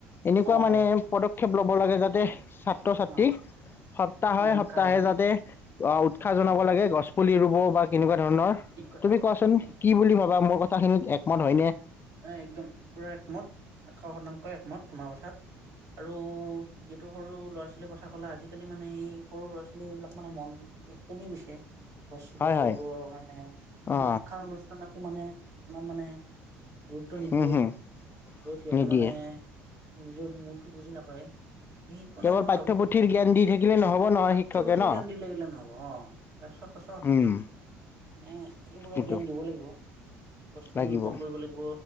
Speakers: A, on the left; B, on the right.
A: এনেকুৱা
B: অ
A: মানে
B: হয় হয়
A: পদক্ষেপ ল'ব লাগে যাতে ছাত্ৰ-ছাত্ৰীক
B: অ
A: সপ্তাহে
B: মানে উৎসাহ
A: সপ্তাহে
B: জনাই
A: যাতে আহ' উৎসাহ জনাব
B: অ
A: লাগে গছ পুলি ৰুব বা কেনেকুৱা ধৰণৰ
B: ঠিক কথা,
A: তুমি কোৱাচোন
B: ঠিক কথা, ঠিক
A: কি
B: কথা,
A: বুলি ভাবা মোৰ কথাখিনিত একমত হয়নে?
B: এ একদম পুৰা একমত। এশ শতাংশ একমত তোমাৰ কথাত। আৰু যিহেতু সৰু ল'ৰা ছোৱালীৰ কথা কলা। আজিকালি মানে এই সৰু ল'ৰা ছোৱালী বিলাক মানে মৰম বিলাক কমি গৈছে। গছ ৰোপন
A: হয়
B: কৰিব
A: হয়
B: কাৰণে কিছুমান
A: অ
B: শিক্ষা অনুষ্ঠান মানকো মানে ইমান মানে গুৰুত্ব নিদিয়ে।
A: উম হম
B: যত সিহঁতেৰ
A: নিদিয়ে
B: মানে নিজৰ মূল বুজি নাপায়। সেইকাৰণে
A: কেৱল
B: মই
A: পাঠ্যপুথিৰ
B: ভাবো কি
A: জ্ঞান দি থাকিলে নহ'ব নহয়
B: পাঠ্যপুথিৰ
A: শিক্ষকে ন
B: জ্ঞান দি লাগিলে নহ'ব। চব সঁচা কথা।
A: উম
B: মানে এইবোৰৰ
A: সেইটো
B: জ্ঞান দিব লাগিব। গছ পুলি
A: লাগিব
B: ৰোপন কৰিব লাগিব